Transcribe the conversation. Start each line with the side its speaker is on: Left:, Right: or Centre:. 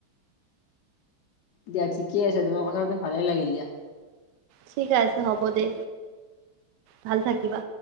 Left: দিয়া ঠিকেই আছে, তোমাৰ কথা পাতি ভালেই লাগিল দিয়া।
Right: ঠিকে আছে হ'ব দে, ভাল থাকিবা।